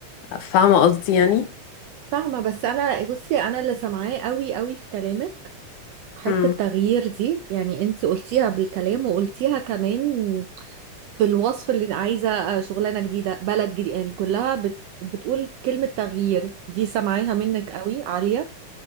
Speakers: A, on the left (about 80°); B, on the right (about 80°).
A: فاهمة قصدي يعني
B: فاهمة بس أنا بصي أنا اللي سامعاه قوي قوي في كلامك حتة
A: امم
B: التغيير دي يعني أنت قلتيها بالكلام وقلتيها كمان في الوصف اللي عايزة آه، شغلانة جديدة بلد جديد يعني كلها بت بتقول كلمة تغيير دي سامعاها منك قوي عالية